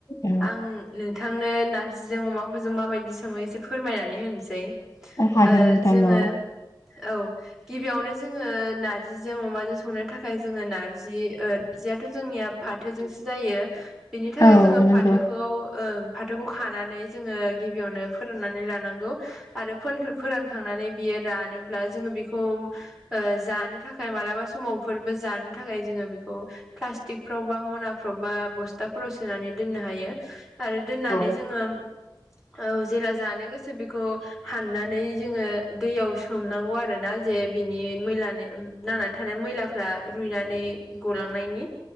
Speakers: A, on the left (about 40°); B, in the centre.
A: औ
B: आं। नोंथांनो नार्जिजों अमाखौ जों माबायदि सङो एसे फोरमायनानै होनोसै।
A: हागोन
B: ओ-जोङो
A: नोंथां औ
B: औ। गिबियावनो जोङो नार्जिजों अमाजों संनो थाखाय जोङो नार्जि नारजियाथ जोंनिया। फाथोजोंसो जायो बिनि थाखाय
A: औ
B: जोङो
A: नंगौ
B: फाथोखौ। फाथोखौ खानानै जोङो गिबियावनो फोराननानै लानांगौ। आरो फोर फोरानखांनानै बियो रानोब्ला जोङो बेखौ। ओ-जानो थाखाय मालाबा समावफोरबो जानो थाखाय जोङो बेखौ प्लास्टिक। फ्राव बा मनाफ्राव बा बस्थाफोराव सोनानै दोननो हायो आरो दोननानै
A: औ
B: जोङो। औ जेला जानो गोसो बेखौ। हाननानै जोङो दैयाव सोमनांगौ आरो ना जे बिनि मैलानि। नांनानै थानाय मैलाफ्रा रुइनानै गलांनायनि।